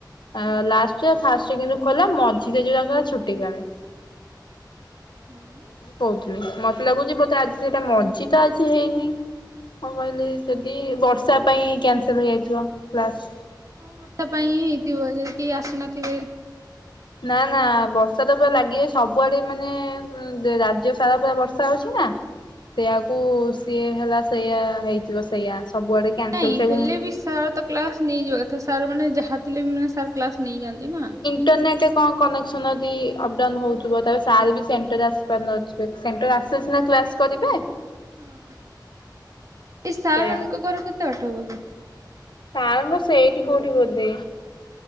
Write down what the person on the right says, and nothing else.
ହଁ।
ହୁଁ
ହଁ ବର୍ଷା ପାଇଁ ହ ହେଇଥିବ ଯଦି କେ ଆଶୁନଥିବେ।
ନାଇଁ
ହେଲେ ସାର୍ ତ କ୍ଲାସ ନେଇଯିବା କଥା ସାର୍ ମାନେ ଯାହା ଥିଲେ ବି ମାନେ ସାର୍ କ୍ଲାସ ନେଇଯାଆନ୍ତି ନା
ହଁ
ସେଇଆ
ହିଁ
ଅସୁବିଧା
ହେଇ
ହୁଁ
ହଁ ଏଇ ସାର୍
ମାନଙ୍କ ଘର କେତେ ବାଟ ହବ କି?